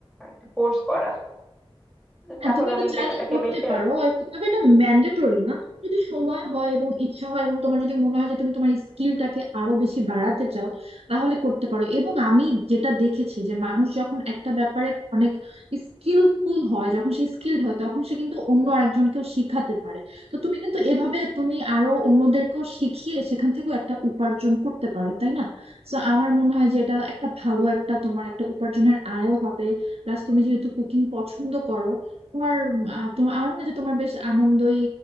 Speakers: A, in the centre; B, on the right (about 85°).
A: একটা কোর্স করার
B: হ্যাঁ
A: তাহলে
B: তুমি এটা
A: আমি
B: চাইলেই
A: ব্যাপারটাকে
B: করতে
A: বেশ
B: পারো আর কি- তবে এটা ম্যান্ডেটরি না তোমার যদি সময় হয় এবং ইচ্ছা হয় এবং তোমার যদি মনে হয় যে তুমি তোমার স্কিলটাকে আরো বেশি বাড়াতে চাও তাহলে করতে পারো এবং আমি যেটা দেখেছি যে মানুষ যখন একটা ব্যাপারে অনেক স্কিলফুল হয় যখন সে স্কিলড হয় তখন সে কিন্তু অন্য আরেকজনকেও শিখাতে পারে তো তুমি কিন্তু এভাবে তুমি আরো অন্যদেরকেও শিখিয়ে সেখান থেকেও একটা উপার্জন করতে পারো তাই না তো আমার মনে হয় যে এটা একটা ভালো একটা তোমার একটা উপার্জনের আয়ও হবে প্লাস তুমি যেহেতু কুকিং পছন্দ করো তোমার আহ, তোমার আমার মনে হয় যে তোমার বেশ আনন্দই